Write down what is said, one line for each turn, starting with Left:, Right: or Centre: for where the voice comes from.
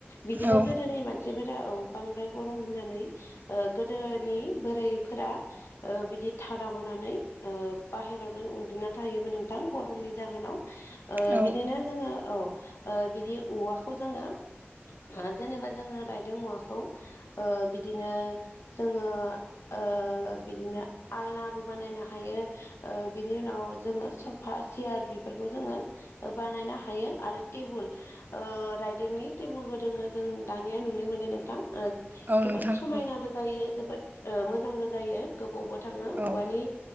Left: बिदिनो
Right: औ
Left: गोदोनि मानसि फाइफोरा औ बांद्राय गरम होननानै ओ गोदोनि बोराइफोरा ओ बिदि धारा बना नै ओ बाहेरायावनो उन्दुना थाहोमोन नोंथां गरमनि जाहोनाव ओ
Right: औ
Left: बिदिनो जोङो औ ओ बिदि औवाखौ जोङो ओ जेनेबा जोङो रायदों औवाखौ ओ बिदिनो जोङो ओ बिदिनो आलनाबो बानायनो हायो। ओ बिनि उनाव जोङो सफा सियार बेफोरखौ जोङो बानायनो हायो आरो टेबुल ओ राइदिंनि टेबुलबो दोङो जों दानिया नुनो मोनो नोंथां ओ
Right: औ
Left: जोबोद
Right: नोंथां नंगौ
Left: समायनाबो जायो जोबोद मोजांबो जायो गोबावबो थाङो
Right: औ
Left: औवानि